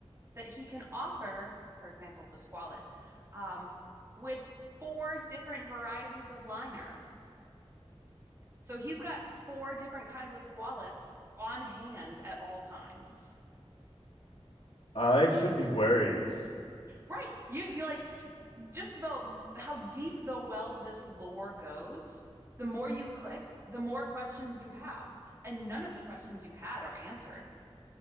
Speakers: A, on the right (about 25°); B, on the left (about 80°).
A: that he can offer, for example, the squalet, um, with four different varieties of liner. So he's got four different kinds of squalets on hand at all times.
B: I should be worried.
A: Right. You you like just the how deep the well this lore goes, the more you click, the more questions you have, and none of the questions you had are answered.